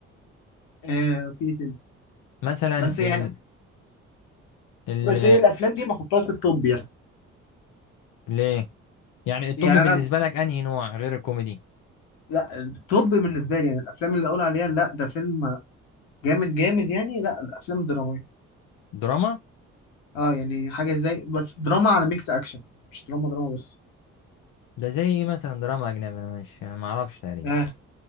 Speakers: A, on the left (about 85°); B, on the left (about 65°).
A: آه في كده
B: مثلا
A: بس
B: ال
A: يعني
B: ال
A: بس هي الافلام دي ما احطهاش في التوب يعني
B: ليه يعني الطب
A: يعني
B: بالنسبه
A: انا
B: لك انهي نوع غير الكوميدي
A: لا التوب بالنسبه لي يعني الافلام اللي اقول عليها لا ده فيلم جامد جامد يعني لا الافلام الدراميه
B: دراما
A: اه يعني حاجه زي بس دراما على ميكس اكشن مش دراما دراما بس
B: ده زي ايه مثلا دراما اجنبي انا مش ما اعرفش تقريبا
A: اه